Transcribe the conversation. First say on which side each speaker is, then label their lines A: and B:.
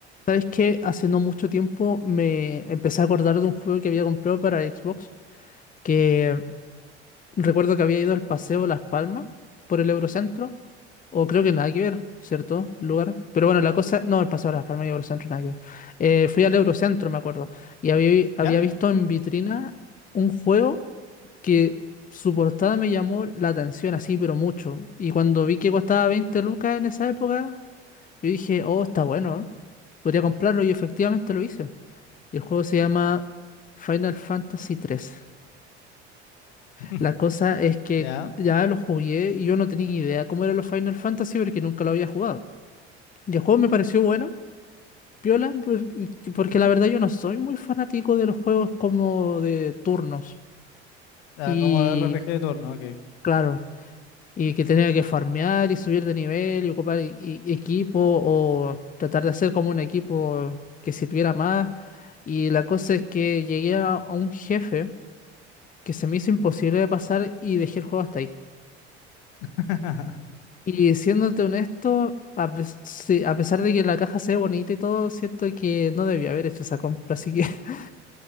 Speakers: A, on the left; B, on the left.
A: Sabes que hace no mucho tiempo me empecé a acordar de un juego que había comprado para Xbox, que recuerdo que había ido al Paseo Las Palmas por el Eurocentro, o creo que nada que ver, ¿cierto? Lugar. Pero bueno, la cosa, no, el Paseo Las Palmas y Eurocentro nada que ver. Eh, fui al Eurocentro, me acuerdo, y había, vi- había
B: ¿Ya?
A: visto en vitrina un juego que su portada me llamó la atención así, pero mucho. Y cuando vi que costaba 20 lucas en esa época, yo dije, oh, está bueno, ¿eh? Podría comprarlo y efectivamente lo hice. Y el juego se llama Final Fantasy tres
B: <laughs>
A: La cosa es que
B: ¿Ya?
A: ya lo jugué y yo no tenía idea cómo eran los Final Fantasy porque nunca lo había jugado. Y el juego me pareció bueno, piola, por- porque la verdad yo no soy muy fanático de los juegos como de turnos.
B: Ah,
A: Y
B: como el R P G de turno, ok.
A: claro, y que tenía que farmear y subir de nivel y ocupar e- e- equipo o tratar de hacer como un equipo que sirviera más. Y la cosa es que llegué a a un jefe que se me hizo imposible de pasar y dejé el juego hasta ahí.
B: <laughs>
A: Y siéndote honesto, a, pes- sí, a pesar de que la caja se ve bonita y todo, siento que no debía haber hecho esa compra. Así que <laughs>